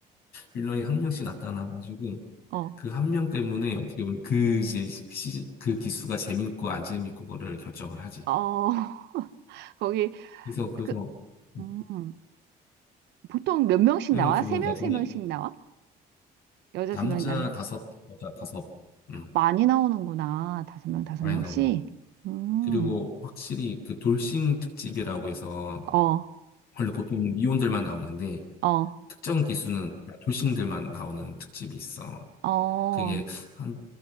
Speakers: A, on the left; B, on the right.
A: 빌런이 한 명씩 나타나가지고
B: 어,
A: 그 한 명 때문에 어떻게 보면 그 이제 시그 기수가 재밌고 안 재밌고 거를 결정을 하지.
B: 어, <laughs> 거기,
A: 그래서 그래서
B: 그,
A: 음,
B: 음, 보통 몇 명씩
A: 그래가지고
B: 나와? 세
A: 나중에
B: 명, 세 명씩 나와? 여자
A: 남자
B: 세 명, 남자?
A: 다섯
B: 세 명?
A: 여자 다섯 음,
B: 많이 나오는구나. 다섯 명, 다섯
A: 많이
B: 명씩.
A: 나오고
B: 음.
A: 그리고 확실히 그 돌싱 특집이라고 해서
B: 어,
A: 원래 보통 미혼들만 나오는데
B: 어,
A: 특정 기수는 돌싱들만 나오는 특집이 있어.
B: 어,
A: 그게 한